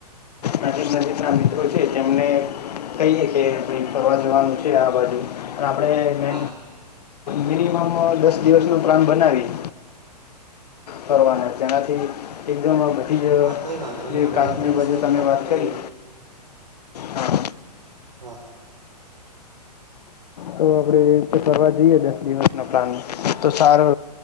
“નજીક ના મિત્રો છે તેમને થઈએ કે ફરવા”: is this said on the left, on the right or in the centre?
Left